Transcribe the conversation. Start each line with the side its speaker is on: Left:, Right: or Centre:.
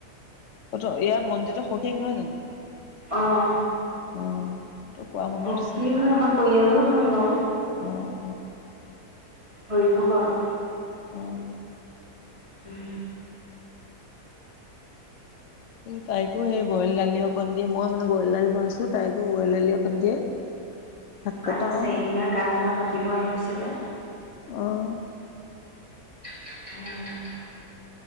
Left: ইয়াৰ মন্দিৰতো <unintelligible> নহয় জানো?
Right: অহ
Left: অ তোৰ কোৱা মনত
Right: সখী
Left: আছে
Right: হয় আমাৰ পৰিয়ালোও হয় বাৰু
Left: অ',
Right: হৰিভকত
Left: অ', অ'।
Right: উম
Left: তাইকো সেই বইল দালি অকণ দিয়ে মই মানে বইল দালি বনাইছো তাইকো বইল দালি অকণ দিয়ে ভাতকেইটা
Right: কাৰনো চাৰিদিনীয়া
Left: অন
Right: গা ধোৱা মাতিব আহিছিলে
Left: আহ
Right: উম